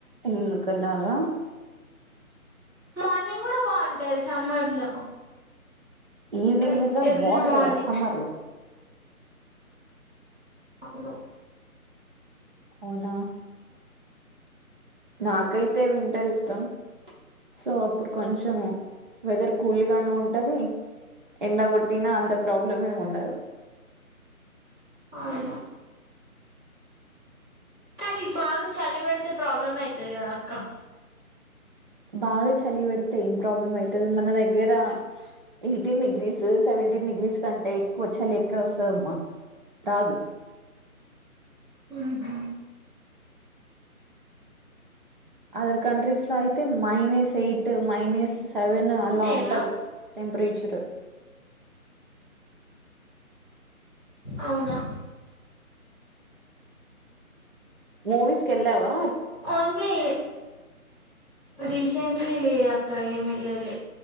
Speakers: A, on the right; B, in the centre.
A: ఎందుకలాగా
B: మార్నింగ్ కూడా బావుంటది సమ్మర్ లో
A: ఈవినింగ్
B: లైక్
A: వెదర్
B: ఎర్లీ
A: బావుంటదా
B: మార్నింగ్
A: సమ్మర్ లో
B: అవును
A: అవునా నాకైతే వింటర్ ఇష్టం సో అప్పుడు కొంచము వెదర్ కూల్గాను ఉంటది. ఎండ కొట్టినా అంత ప్రాబ్లమేమి ఉండదు.
B: అవునా కానీ బాగా చలి వెడితే ప్రాబ్లమ్ అయితది కదా అక్క
A: బాగా చలి వెడితే ఏం ప్రాబ్లం అయితది మన దగ్గర ఎయిటీన్ డిగ్రీస్, సెవెంటీన్ డిగ్రీస్ కంటే ఎక్కువ చలి ఎక్కడ వస్తదమ్మా రాదు
B: హు ఉమ్
A: అదర్ కంట్రీస్ లో అయితే మైనస్ ఎయిట్, మైనస్ సెవెన్ అలా
B: అంతేనా
A: ఉంటది. టెంపరేచరు
B: అవునా
A: మూవీస్ కెల్లావా
B: ఓన్లీ రిస్ సెంట్లీ లేదక్క ఏం ఎల్లలే